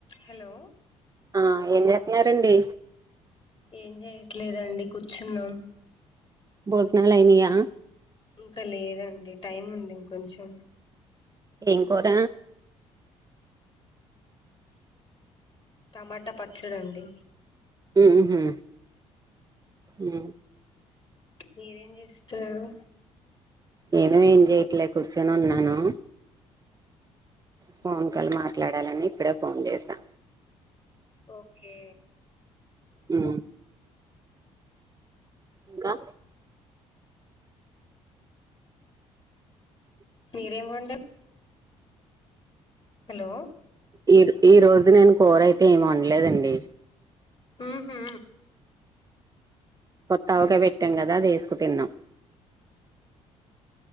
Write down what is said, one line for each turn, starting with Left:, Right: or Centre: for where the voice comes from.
Left: Hello
Right: ఆ ఏం చేస్తున్నారండి
Left: ఏం చెయట్లేదండి కూర్చున్నాం
Right: భోజనాలు అయినాయా
Left: ఇంకా లేదండి టైం ఉంది ఇంకొంచెం
Right: ఏం కూర
Left: టమాటా పచ్చడి అండి
Right: ఉహు ఉ
Left: మీరేం చేస్తున్నారు
Right: నేను ఏం చేయట్లేదు కూర్చొని ఉన్నాను ఫోన్ కాల్ మాట్లాడాలని ఇప్పుడే ఫోన్ చేసా
Left: ఓకే
Right: ఉ ఇంకా
Left: మీరేం వండర్ హలో
Right: ఈ ఈ రోజు నేను కూర అయితే ఎం వండలేదండి
Left: ఉహు
Right: కొత్త అవకాయ పెట్టాం కదా అది వేసుకు తిన్నాం